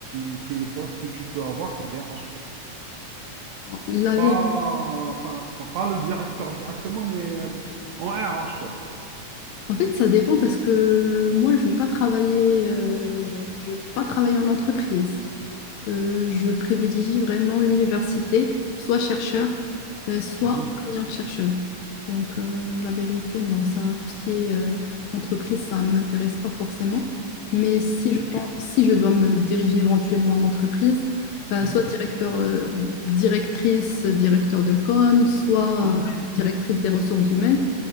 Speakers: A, on the right; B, on the left.
A: euh, que le poste que tu peux avoir, c'est DRH.
B: la
A: Pas,
B: vérité,
A: enfin, enfin, pas le directeur directement, mais euh, en RH, quoi.
B: En fait, ça dépend parce que moi, je ne veux pas travailler, euh, je veux pas travailler en entreprise. Euh, je privilégie vraiment l'université, soit chercheur, euh, soit
A: Mhm.
B: enseignante-chercheur. Donc, euh, la vérité, non, ça, tout ce qui est euh, entreprise, ça ne m'intéresse pas forcément. Mais si
A: Ok.
B: je pense, si je dois me diriger éventuellement en entreprise, bah,
A: Mhm.
B: soit directeur, euh, directrice, directeur de com, soit
A: Mhm.
B: euh, directrice des ressources humaines